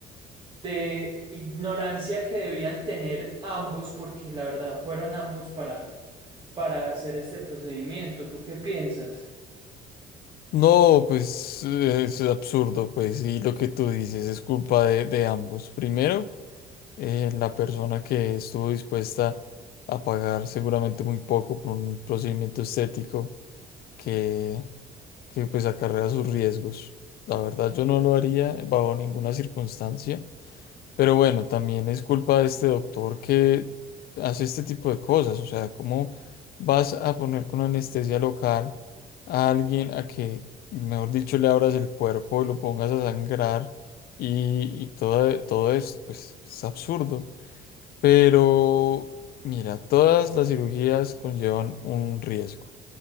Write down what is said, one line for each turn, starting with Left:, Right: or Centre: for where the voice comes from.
Right: de ignorancia que debían tener ambos, porque la verdad fueron ambos para, para hacer este procedimiento. ¿Tú qué piensas?
Left: No, pues eh, es absurdo, pues, y lo que tú dices es culpa de, de ambos. Primero, eh, la persona que estuvo dispuesta a pagar seguramente muy poco por un procedimiento estético que, que pues acarrea sus riesgos. La verdad yo no lo haría bajo ninguna circunstancia, pero bueno, también es culpa de este doctor que hace este tipo de cosas, o sea, ¿cómo vas a poner con anestesia local a alguien a que, mejor dicho, le abras el cuerpo y lo pongas a sangrar y, y todo, todo esto? Pues es absurdo. Pero, mira, todas las cirugías conllevan un riesgo,